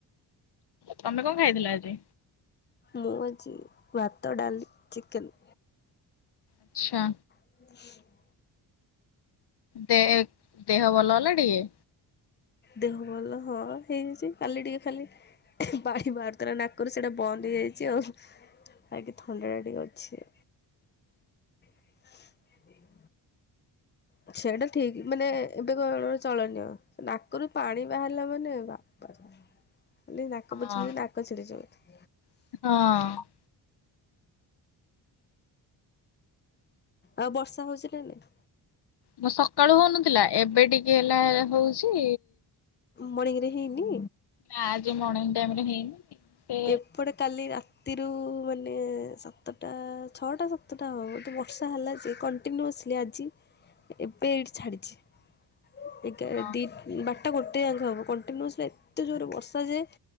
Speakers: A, on the left (about 60°); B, on the left (about 25°).
A: ତମେ କଣ ଖାଇଥିଲ ଆଜି?
B: ମୁଁ ଅଛି ଭାତ ଡାଲି ଚିକେନ୍
A: ଆଚ୍ଛା
B: <inaudible>
A: ଦେ ଦେହ ଭଲ ହେଲା ଟିକେ
B: ଦେହ ଭଲ ହଁ ହେଇଯାଇଛି କାଲି ଟିକେ ଖାଲି ପାଣି ବାହାରୁଥିଲା ନାକରୁ ସେଇଟା ବନ୍ଦ ହେଇଯାଇଛି ଆଉ ବାକି ଥଣ୍ଡାଟା ଟିକେ ଅଛି ହ <inaudible> ଛା ସେଇଟା ଠିକ ମାନେ ଏବେ କଣ ଚଳନିଅ ନାକରୁ ପାଣି ବାହାରିଲା ମାନେ ବାପ ବୋଲି ନାକ
A: ଓହୋ
B: ପୋଛୁ ପୋଛୁ ନାକ ଛିଡିଯାଉ ଥିବ
A: ହଁ
B: ଆଉ ବର୍ଷା ହଉଛି ନା ନାଇ
A: ମୁଁ ସକାଳୁ ହଉନଥିଲା ଏବେ ଟିକେ ହେଲା ହଉଛି
B: ମଣିଂରେ ହେଇନି
A: ନାଁ ଆଜି ମର୍ଣ୍ଣିଂ ଟାଇମ ରେ ହେଇନି ସେ
B: ଏପଟେ କାଲି ରା ତିରୁ ମାନେ ସାତଟା ଛଅଟା ସାତଟା ହେବ ବୋଧେ ବର୍ଷା ହେଲା ଯେ କ କଣ୍ଟିନ୍ୟୁ ଆସିଲି ଆଜି ଏବେ ଏଇଠି ଛାଡ଼ିଛି ଏଗା
A: ହଁ।
B: ଦିଟା ବାରଟା ଗୋଟେ ଆଙ୍ଗେ ହେବ କଣ୍ଟିନ୍ୟୁଅସ୍ଲି ଏତେ ଜୋର ବର୍ଷା ଯୋଏ